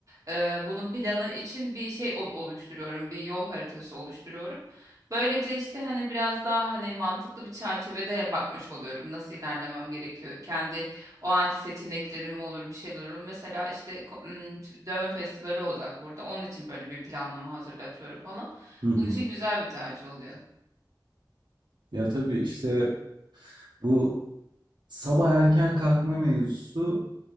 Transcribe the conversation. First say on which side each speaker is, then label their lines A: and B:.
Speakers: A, on the right; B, on the right.
A: E, bunun planı için bir şey ol- oluşturuyorum, bir yol haritası oluşturuyorum. Böylece işte hani biraz daha hani mantıklı bir çerçevede bakmış oluyorum nasıl ilerlemem gerekiyor. Kendi o anki seçeneklerim olur bir şeyler olur. Mesela işte ko- m, t- dövme festivali olacak burada. Onun için böyle bir planlama hazırlatıyorum falan.
B: Hı hı.
A: Bunun için güzel bir tercih oluyor.
B: Ya tabii işte bu sabah erken kalkma mevzusu